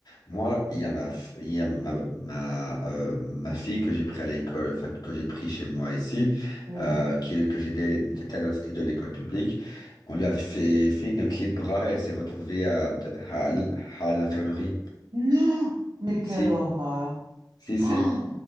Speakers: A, on the left (about 70°); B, on the right (about 80°).
A: Moi, il y a ma, f- il y a ma, ma, euh, ma fille que j'ai pris à l'école, enfin, que j'ai pris chez moi ici,
B: hmm.
A: euh, qui, que j'ai dé- été inscrit de l'école publique. On lui a fait, fait une clé de bras et elle s'est retrouvée à, à, à l'infirmerie.
B: Non! Mais
A: Si,
B: quelle horreur!
A: si, si.
B: Oh,